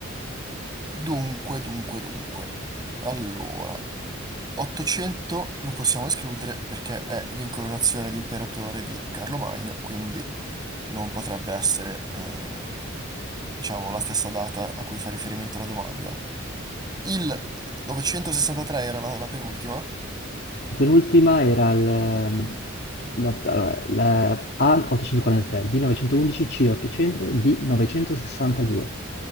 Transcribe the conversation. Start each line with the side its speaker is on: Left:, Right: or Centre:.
Right: Dunque, dunque, dunque. Allora, 800 lo possiamo escludere perché è l'incoronazione di imperatore di Carlo Magno, quindi non potrebbe essere, eh, diciamo, la stessa data a cui fa riferimento la domanda. Il 963 era la, la penultima.
Left: La penultima era il, la, allora, la A843, B911, C800, D962,